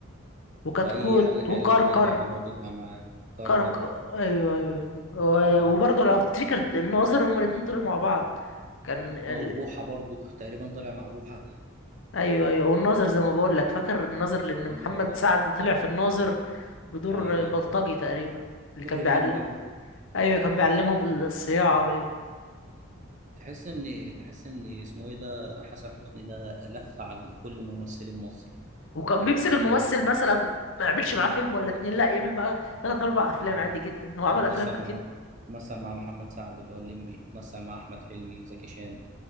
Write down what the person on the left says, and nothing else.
وكتكوت
فظيع وكركر
كركر ايوه ايوه و-
وبرضه لو تفتكر الناظر هما الاتنين طلعوا مع بعض كان ال...
ايوه ايوه والناظر زي ما بقول لك فاكر الناظر لان
محمد سعد طلع في الناظر بدور
البلطجي
تقريبا اللي
كان
بيعلم
ايوه كان بيعلمهم الصياعه باين
وكان
بيمسك
الممثل
مثلا ما يعملش
معاه فيلم ولا اتنين لا يعمل معاه تلات اربع افلام
عادي جدا هو عمل
افلام